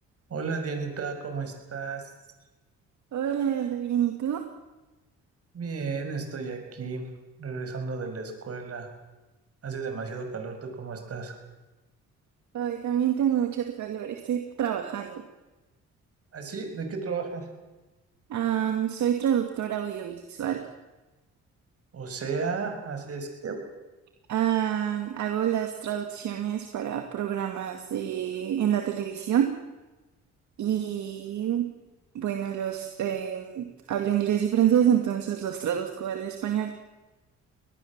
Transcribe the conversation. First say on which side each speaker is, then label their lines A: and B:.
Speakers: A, on the right; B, on the right.
A: Hola Dianita, ¿cómo estás?
B: Hola, Aldo, bien, ¿y tú?
A: Bien, estoy aquí, regresando de la escuela. Hace demasiado calor, ¿tú cómo estás?
B: Hoy también tengo mucho calor, estoy trabajando.
A: ¿Ah, sí? ¿De qué trabajas?
B: Am, soy traductora audiovisual.
A: O sea, haces que...
B: Am, hago las traducciones para programas de- en la televisión y, bueno, los em, hablo inglés y francés, entonces los traduzco al español.